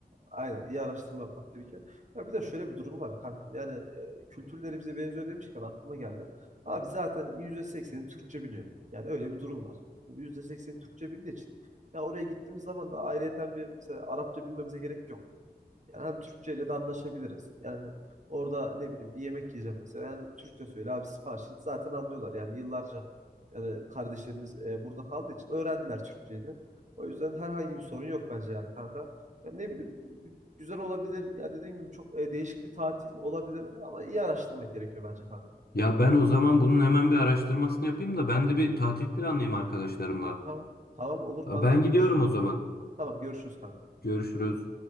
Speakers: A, on the right; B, on the left.
A: Aynen iyi araştırma yapmak gerekiyor. Ya bir de şöyle bir durum var kankam. Yani e, kültürleri bize benziyor demişken aklıma geldi. Abi zaten %80'i Türkçe biliyor. Yani öyle bir durum var. Şimdi %80'i Türkçe bildiği için. Ya oraya gittiğimiz zaman da ayrıyeten bir mesela Arapça bilmemize gerek yok. Yani hem Türkçe ile de anlaşabiliriz. Yani orada ne bileyim bir yemek yiyeceğim mesela. Yani Türkçe söyle abi sipariş et. Zaten anlıyorlar. Yani yıllarca yani kardeşlerimiz e, burada kaldığı için öğrendiler Türkçeyi de. O yüzden herhangi bir sorun yok bence yani kanka. Ya ne bileyim güzel olabilir. Ya dediğim gibi çok e, değişik bir tatil olabilir ama iyi araştırmak gerekiyor bence kanka.
B: Ya ben o zaman bunun hemen bir araştırmasını yapayım da ben de bir tatil planlayayım arkadaşlarımla.
A: Tamam. Tamam olur
B: Ben
A: kankam
B: gidiyorum
A: görüş.
B: o zaman.
A: Tamam görüşürüz kanka.
B: Görüşürüz.